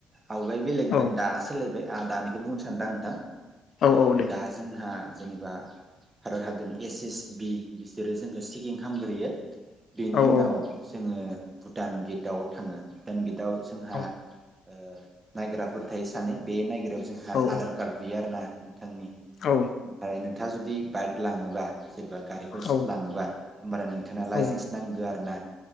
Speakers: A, on the right; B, on the left.
A: आवगाय बेलेगमोन
B: औ
A: दा सोलायबाय। ओ दानिखौ बुंनो सानदां नोंथां।
B: औ
A: ओ
B: औ दे
A: दा जोंहा जेनेबा भारत हादरनि एस एस बि बिसोरो जोंखौ चेकिं खालामग्रोयो। बेनि
B: औ
A: उनाव
B: औ
A: जोंङो भुटान गेटआव थांङो भुटान गेटआव जोंहा
B: औ
A: ओ नायग्राफोर थायो सानै बे नायग्रा याव जोंहा
B: औ
A: आधार कार्ड बियो आरो ना। थांनि
B: औ
A: ओमफाय नों थांङा जुदि बाइक लाङोबा सोरबा गारिफोर
B: औ
A: लाङोबा होनबाना नों जोंना लाइसेन्सनि।
B: औ
A: नांगौ आरो ना